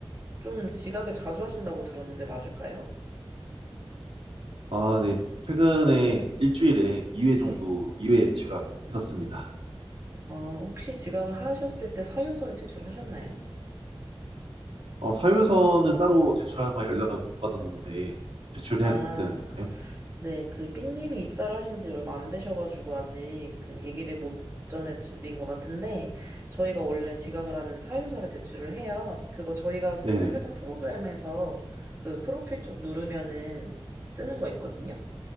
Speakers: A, on the right (about 30°); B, on the right (about 85°).
A: 좀 지각을 자주 하신다고 들었는데 맞을까요?
B: 아, 네. 최근에 일주일에 2회 정도,
A: 네.
B: 2회 지각했었습니다.
A: 어, 혹시 지각을 하셨을 때 사유서를 제출하셨나요?
B: 어, 사유서는 따로 제출하면 연락을 못 받았는데, 제출해야
A: 아,
B: 되나요?
A: 네, 그 삐님이 입사를 하신 지 얼마 안 되셔가지고 아직 그 얘기를 못 전해드린 것 같은데 저희가 원래 지각을 하면 사유서를 제출을 해요. 그거 저희가 쓰는
B: 네네.
A: 회사 프로그램에서 그 프로필 쪽 누르면은 쓰는 거 있거든요.